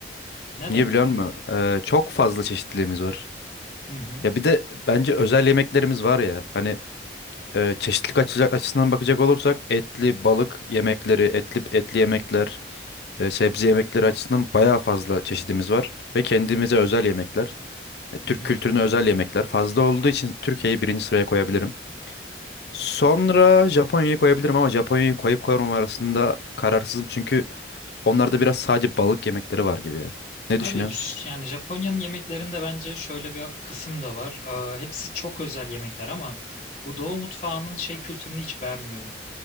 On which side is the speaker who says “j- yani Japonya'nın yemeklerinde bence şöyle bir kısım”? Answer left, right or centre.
Left